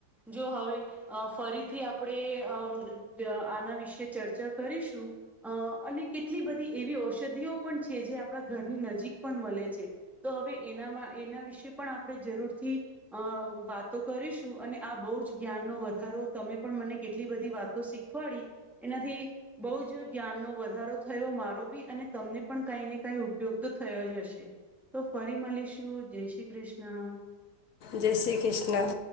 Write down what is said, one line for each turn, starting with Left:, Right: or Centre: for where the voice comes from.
Centre: જો હવે અ ફરીથી આપણે આના વિશે ચર્ચા કરીશું અ અને કેટલી બધી એવી ઔષધિઓ પણ છે જે આપણા ઘરની નજીક પણ મળે છે તો હવે એનામાં એના વિશે પણ આપણે જરૂરથી અ વાતો કરીશું અને આ બહુ જ જ્ઞાનનો વધારો તમે પણ મને કેટલી બધી વાતો શીખવાડી એનાથી બહુ જ જ્ઞાનનો વધારો થયો મારો બી અને તમને પણ કંઈ ને કંઈ ઉપયોગ તો થયો જ હશે. તો ફરી મળીશું જય શ્રી કૃષ્ણ. હા.
Left: જય શ્રી કૃષ્ણ.